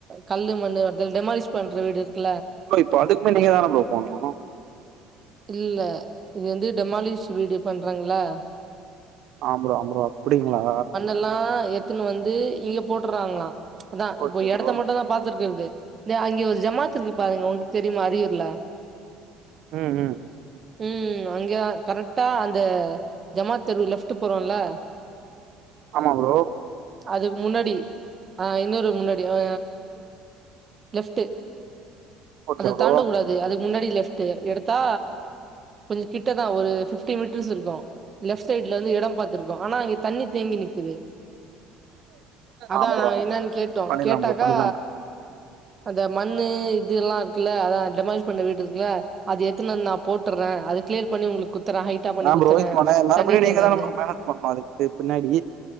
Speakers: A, on the right (about 35°); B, on the right (about 65°).
A: கல்லு மண்ணு வ டெமாலிஷ் பண்ற வீடு இருக்குல்ல
B: ப்ரோ இப்ப அதுக்குமே நீங்க தான ப்ரோ போனு
A: இல்ல இது வந்து டெமாலிஷ் வீடியோ பண்றாங்களா
B: ஆ ப்ரோ ஆ ப்ரோ அப்டிங்களா
A: எல்லா எத்துன்னு வந்து இங்க போட்டுறாங்களா அதா இப்போ
B: ஓகே
A: எடத்த
B: ப்ரோ
A: மட்டுந்தா பாத்துருக்குறது அங்கே ஒரு ஜமாத்து இருக்கு பாருங்க உங்களுக்கு தெரியுமா அறியூர்ல
B: ம் ம்
A: ம் அங்கேதா கரெட்டா அந்த ஜமாத் தெரு லெஃப்ட்டு போறோல்ல
B: ஆமா ப்ரோ
A: அதுக்கு முன்னாடி ஆ இன்னொரு முன்னாடி ஆ லெஃப்ட்டு
B: ஓகே
A: அத
B: ப்ரோ
A: தாண்டக்கூடாது அதுக்கு முன்னாடி லெஃப் டு எடுத்தா கொஞ்ச கிட்ட தா ஒரு பிஃப்டி மீட்டர்ஸ் இருக்கு லெஃப்ட் சைட்ல இருந்து எடொம் பாத்திருக்கோ ஆனா அங்க தண்ணி தேங்கி நிக்கிது அதா
B: ஆமா ப்ரோ
A: என்னன்னு கேட்டோ
B: பண்ணிடலாம்
A: கேட்டாக்கா
B: ப்ரோ பண்ணிடலாம்
A: அந்த மண்ணு இது எல்லா இருக்குல்ல அதா டெமாலிஷ் பண்ண வீடு இருக்குல்ல அது எத்துன்னு வந் நா போட்டற்றே அது க்ளியர் பண்ணி உங்ளுக் குத்துறே ஹைட்டா பண்ணி
B: ஏன்
A: குத்துற
B: ப்ரோ இப்போ நான் மறுபடியும்
A: தண்ணி
B: நீங்க
A: தேங்காது
B: தானே ப்ரோ மேனேஜ் பண்ணணும் அதுக்கு பின்னாடி